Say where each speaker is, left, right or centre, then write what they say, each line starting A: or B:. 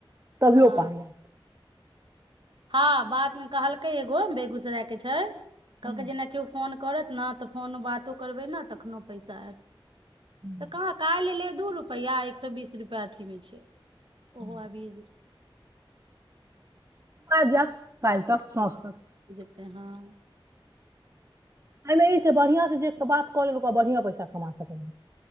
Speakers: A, on the right; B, on the right.
A: तभीयो
B: हँ
A: पाई एत
B: हँ बादमे कहलकै एगो बेगुस सराय के छै कहलक
A: हूँ,
B: जेना केयो फोन करत न तऽ फोन बातो करबै न तखनो पैसा आयत
A: हूँ,
B: तऽ कहाँ काल्हि लेब दू रुपैआ एक सए बीस रुपआ अथी मे छै ओहो
A: हूँ।
B: अभीभी
A: आइब जायत कल तक साझ तक
B: से हँ
A: एहिमे ईसँ बढ़िआँसँ जे बात कऽ लेल ओकरा बढ़िआँ पैसा कमा सकै